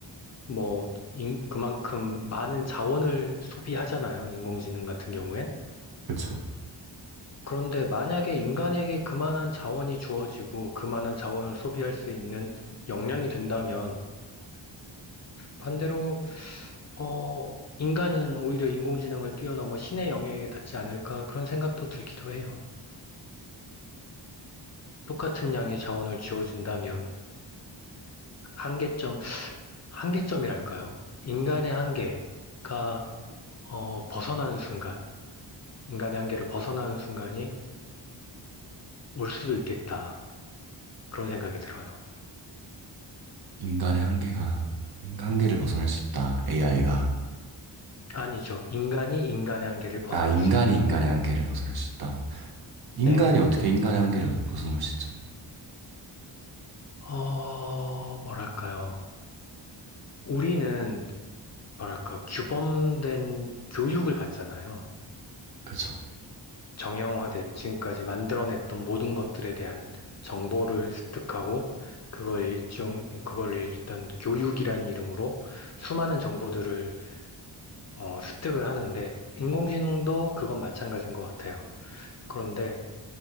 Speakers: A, on the left (about 35°); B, on the right (about 50°).
A: 뭐, 인- 그만큼 많은 자원을 소비하잖아요. 인공지능 같은 경우엔.
B: 그쵸.
A: 그런데 만약에 인간에게 그만한 자원이 주어지고 그만한 자원을 소비할 수 있는 역량이 된다면 반대로 어 인간은 오히려 인공지능을 뛰어넘어 신의 영역에 닿지 않을까 그런 생각도 들기도 해요. 똑같은 양의 자원을 지어준다면 한계점, 한계점이랄까요? 인간의 한계가 어, 벗어나는 순간, 인간의 한계를 벗어나는 순간이 올 수도 있겠다. 그런 생각이 들어요.
B: 인간의 한계가 인간 한계를 벗어날 수 있다. AI가
A: 아니죠. 인간이 인간의 한계를 벗어날
B: 아 인간이
A: 수 있다.
B: 인간의 한계를 벗어날 수 있다. 인간이
A: 네.
B: 어떻게 인간의 한계를 벗어넘을 수 있죠?
A: 어, 뭐랄까요. 우리는, 뭐랄까, 규범된 교육을 받잖아요.
B: 그쵸.
A: 정형화된 지금까지 만들어냈던 모든 것들에 대한 정보를 습득하고, 그걸 일종, 그걸 일단 교육이란 이름으로 수많은 정보들을 어, 습득을 하는데, 인공지능도 그건 마찬가지인 것 같아요. 그런데,